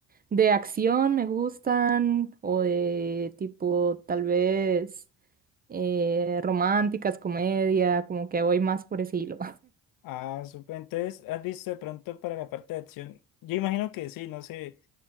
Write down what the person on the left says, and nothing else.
Ah, súper. Entonces, ¿has visto de pronto para la parte de acción? Yo imagino que sí, no sé.